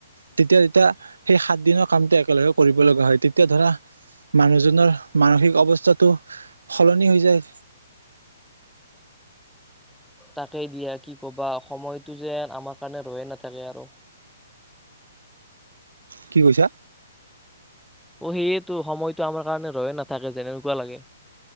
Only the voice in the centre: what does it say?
তাকেই দিয়া। কি ক'বা। সময়টো যেন আমাৰ কাৰণে ৰৈয়ে নাথাকে আৰু।
অ' সেয়েতো। সময়টো আমাৰ কাৰণে ৰৈয়ে নাথাকে যেনেকুৱা লাগে।